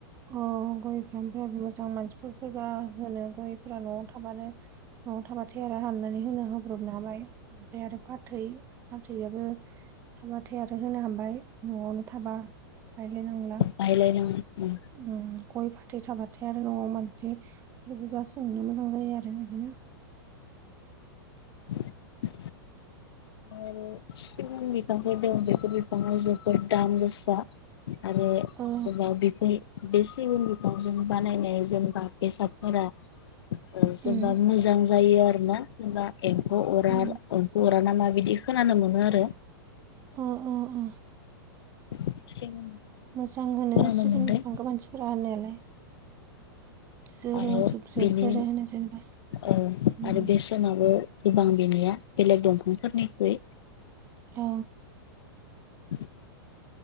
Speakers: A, on the right (about 20°); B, on the left (about 85°).
A: अ गय <unintelligible> मोजां मानसिफोर फैबा होनो गयफ्रा न'आव थाबानो न'आव थाबाथाय आरो हाननानै होनो होब्रबनो हाबाय ओमफाय आरो फाथ थै फाथैयाबो थाबाथाय आरो होनो हाबाय न'आवनो थाबा बायलाय नांला।
B: बायलाय नाङा उ।
A: उम गय फाथै थाबाथाय आरो न'आव मानसिफोर फैबा सोंनो मोजां जायो आरो बिदिनो
B: <inaudible> आरो सिगुन बिफांफोर दं बेफोर बिफाङा जोबोद दाम गोसा। आरो
A: ओ
B: जबा बेफोर बे सिगुन बिफांजों बानायनाय जेनबा बेसादफोरा ओ जेनबा
A: उम
B: मोजां जायो आरो ना जेनबा एम्फौ अरा
A: अ
B: एम्फौ अरा ना मा बिदि खोनानो मोनो आरो।
A: अ अ। अ अ।
B: <unintelligible>
A: मोजां होनो
B: खोनानो
A: सिगुन
B: मोनदों
A: बिफांखौ मानसिफोरा होननायालाय। जोरो
B: आरो
A: जुग जुग
B: बेनि
A: जोरो होनो जेनेबा
B: ओ
A: उम
B: आरो बे <unintelligible> गोबां बेनिया बेलेग दंफांफोरनिख्रुइ।
A: आ
B: द